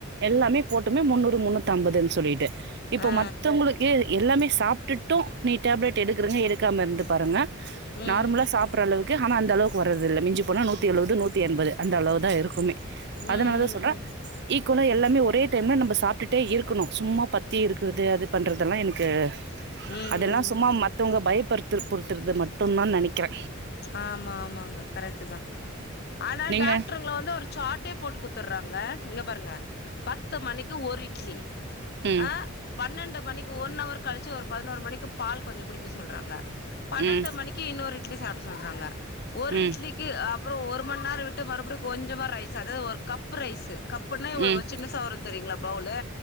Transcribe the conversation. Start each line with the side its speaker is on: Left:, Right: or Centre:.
Right: எல்லாமே போட்டுமே முன்னூறு முன்னூத்து அம்பதுன்னு சொல்லிட்டு இப்ப
Left: ஆ
Right: மத்தவங்களு க்கு எல்லாமே சாப்ட்டுட்டு நீ டேப்லேட் எடுக்குறிங்க எடுக்காம இருந்து பாருங்க
Left: ம்
Right: நார்மலா சாப்ற அளவு க்கு ஆனா அந்த அளவுக்கு வரதில்ல மிஞ்சி போனா நூத்தி எழுவது நூற்றி எண்பது அந்த அளவு தா இருக்குமே
Left: ம்
Right: அதனால
Left: ம்
Right: தா சொல்ற
Left: ம்
Right: ஈக்குவலா எல்லாமே ஒரே டைம்ல நம்ம சாப்ட்டுட்டே இருக்கணு சும்மா பத்தி இருக்குறது அது பண்றதெல்லா எனக்கு
Left: ம்
Right: அதெல்லா சும்மா
Left: ம் ம்
Right: மத்தவங்க பயப்பற்த்து பொறுத்துறது மட்டுதா நனைக்கிற
Left: ஆமா ஆமாங்க கரெக்ட்டு தா ஆனா
Right: நீங்க
Left: டாக்டருங்கள வந்து ஒரு சாட்டே போட்டு குத்துறாங்க இங்க பாருங்க பத்து மணிக்கு ஒரு இட்லி
Right: ம்
Left: அ பன்னெண்டு மணிக்கு ஒன் அவர் கழிச்சு ஒரு பதினொரு மணிக்கு பால் கொஞ்சோ குடிக்க சொல்றாங்க பன்னெண்டு
Right: ம்
Left: மணிக்கு இன்னொரு இட்லி சாப்ட சொல்றாங்க ஒரு
Right: ம்
Left: இட்லி கி அப்றோ ஒரு மண்நேர விட்டு மறுபடியு கொஞ்சமா ரைஸ் அதாது ஒரு கப் கப்பு ரைஸ் கப்புனே வ
Right: ம்
Left: வ சின்னுசா வரு தெரியுங்களா பவுலு